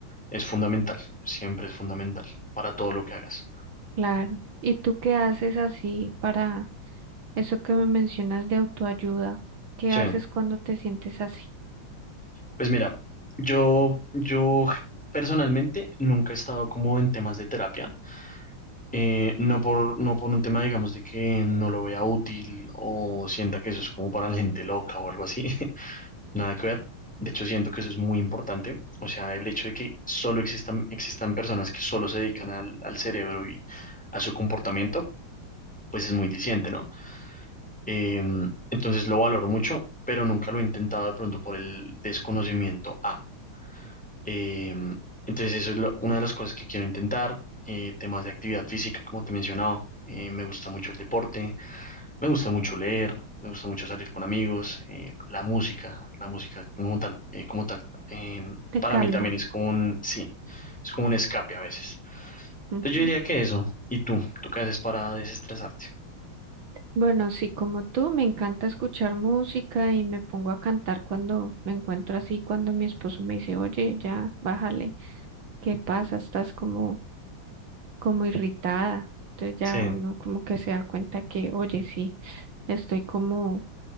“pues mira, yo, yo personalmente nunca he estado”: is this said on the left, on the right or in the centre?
Centre